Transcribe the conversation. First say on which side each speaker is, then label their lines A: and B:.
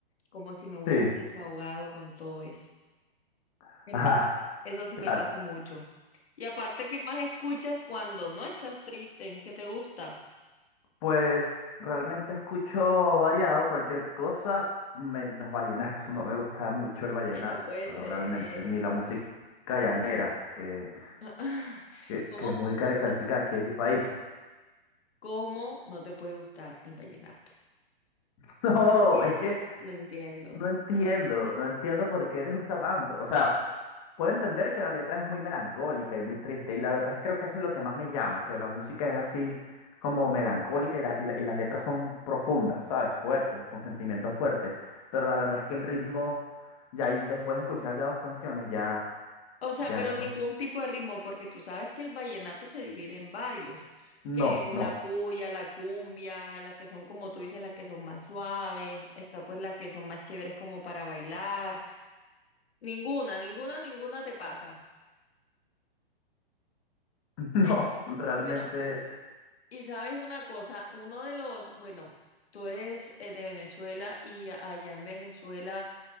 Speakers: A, on the left (about 85°); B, on the left (about 35°).
A: como si me hubiese
B: Sí,
A: desahogado con todo eso.
B: <laughs>
A: Entonces,
B: ajá,
A: eso sí
B: claro.
A: me pasa mucho. Y aparte, ¿qué más escuchas cuando no estás triste? ¿Qué te gusta?
B: Pues realmente escucho variado cualquier cosa, menos vallenato. <laughs> No me gusta mucho el vallenato,
A: Ay, no puede
B: realmente,
A: ser.
B: ni la música llanera, que,
A: <laughs>
B: que,
A: ¿Cómo,
B: que es muy característica
A: co-
B: aquí en mi país.
A: cómo no te puede gustar el vallenato?
B: <laughs> No,
A: No Entiendo,
B: es que
A: no entiendo.
B: no entiendo,
A: <laughs>
B: no entiendo por qué les gusta tanto. O sea, Puedo entender que la letra es muy melancólica y muy triste, y la verdad es creo que eso es lo que más me llama, que la música es así como melancólica y, la- y la- y las letras son profundas, ¿sabes? Fuertes, con sentimientos fuertes, pero la verdad es que el ritmo, ya ahí, después de escuchar ya dos canciones, ya,
A: O sea,
B: ya
A: pero ningún
B: no,
A: tipo de ritmo, porque tú sabes que el vallenato se divide en varios,
B: no,
A: que la
B: no,
A: puya, la cumbia, las que son como tú dices, las que son más suaves, está pues las que son más chéveres como para bailar. Ninguna, ninguna, ninguna te pasa.
B: <laughs> no,
A: Eh,
B: realmente
A: bueno. Y sabes una cosa, uno de los, bueno, tú eres eh, de Venezuela y a- allá en Venezuela